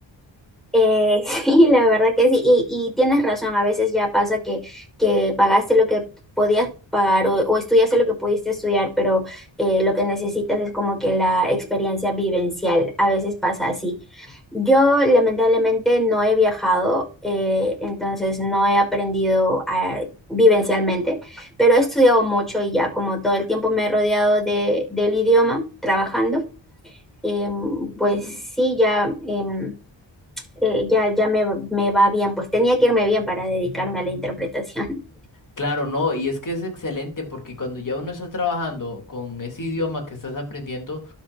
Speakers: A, in the centre; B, on the left.
A: Eh, <laughs> sí, la verdad que sí, y, y tienes razón, a veces ya pasa que, que pagaste lo que podías pagar o, o estudiaste lo que pudiste estudiar, pero eh, lo que necesitas es como que la experiencia vivencial, a veces pasa así. Yo lamentablemente no he viajado, eh, entonces no he aprendido a- vivencialmente, pero he estudiado mucho y ya como todo el tiempo me he rodeado de, del idioma trabajando, em, pues sí, ya... em, eh, ya, ya me, me va bien, pues tenía que irme bien para dedicarme a la interpretación.
B: Claro, no, y es que es excelente porque cuando ya uno está trabajando con ese idioma que estás aprendiendo,